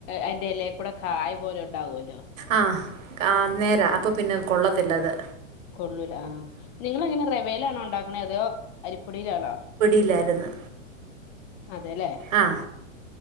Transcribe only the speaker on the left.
അയിന്റെ എലേ കൂടെ കായ് പോലെ ഉണ്ടാവുമല്ലോ.
കൊള്ളൂല ആഹ് നിങ്ങളെങ്ങനെ റവേലാണോ ഉണ്ടാക്കണെ അതോ അരിപ്പൊടിയിലാണോ.
അതെലേ